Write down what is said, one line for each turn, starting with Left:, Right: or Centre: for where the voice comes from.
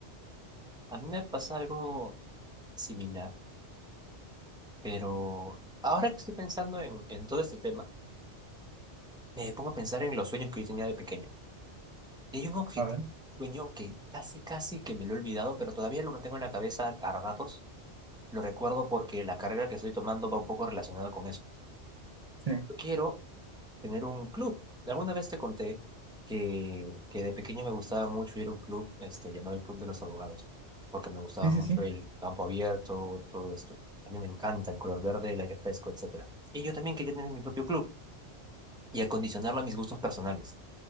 Centre: A mí me pasa algo similar, pero ahora que estoy pensando en, en todo este tema, me pongo a pensar en los sueños que yo tenía de pequeño. Y Hay un objetivo,
Right: A ver,
Centre: sueño que casi, casi que me lo he olvidado, pero todavía lo mantengo en la cabeza a ratos. Lo recuerdo porque la carrera que estoy tomando va un poco relacionada con eso.
Right: sí,
Centre: Yo quiero tener un club. Alguna vez te conté que, que de pequeño me gustaba mucho ir a un club este, llamado el Club de los Abogados, porque me gustaba
Right: sí, sí,
Centre: mucho
Right: sí,
Centre: el campo abierto, todo esto. A mí me encanta el color verde, el aire fresco, etcétera. Y yo también quería tener mi propio club y acondicionarlo a mis gustos personales.